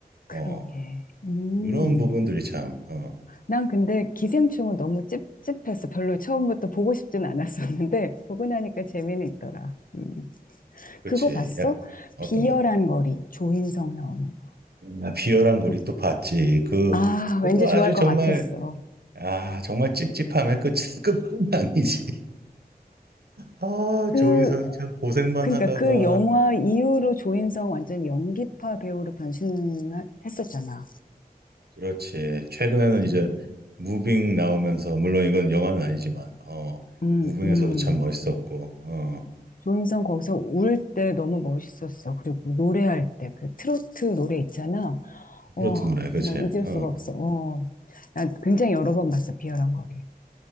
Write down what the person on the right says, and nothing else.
어,
이런 부분들이 참 어,
그렇지.
약 어떤
거?
아, 비열한 고리
또 봤지. 그
그것도
아주
정말
아 정말 찝찝함의 끝 <laughs> 끝은 아니지. 아
조인성이 참 고생만
하다가
그렇지. 최근에는 이제
무빙 나오면서 물론 이건 영화는 아니지만 어
무빙에서도
참 멋있었고 어
트로트 노래 그렇지.
어